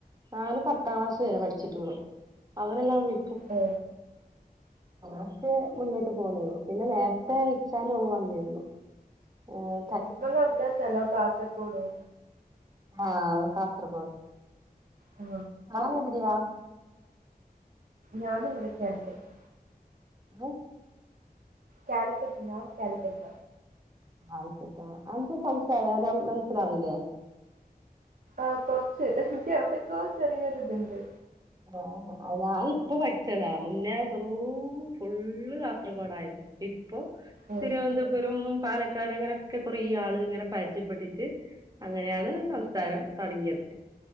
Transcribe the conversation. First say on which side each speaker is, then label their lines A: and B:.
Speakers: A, on the right (about 25°); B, on the right (about 65°).
A: ഞാന് പത്താം ക്ലാസ് വരെ പഠിച്ചിട്ടുള്ളൂ അവരെല്ലാം വിള
B: ഓ
A: അക്കെ മുന്നോട്ട് പോന്നുള്ളു പിന്നെ നേരത്തെ ഇച്ചാല ഒണ് വന്നിരുന്നു. <inaudible> ആഹ <unintelligible>
B: ഇങ്ങൊ അവിടെ സ്ഥലം കാസർഗോഡോ
A: ആഹ കാസർഗോഡ്
B: ആ
A: ആരെവിടെിയാ
B: ഞാന ഇവിടെ ണിക്കട്ട <inaudible>
A: ഹ <unintelligible>
B: കാലിക്കറ്റിന കാലിക്കറ്റ
A: ആച്ചട്ടാ എന്റെ സംശയം വോല മനസിലാവാവില്ലേ
B: ആഹ കൊറച്ച് എനിക്ക് എവിടക്കോ ചെറിയൊരി ഇതുണ്ട്
A: ആഹ ഞൻ ഇപ്പ പഠിച്ചതാ മുന്നേ ബെറും ഫുള്ള് കാസർഗോഡ ആയിരുന്നു ഇപ്പൊ
B: ഏ
A: തിരുവനന്തപുരം പാലക്കാട് അങ്ങനെയൊക്കെ കൊറ ഈ ആള് ഇങ്ങനെ പരിചയപ്പെട്ടിട്ട് അങ്ങനെയാണ് സംസാരം തുടങ്ങിയത്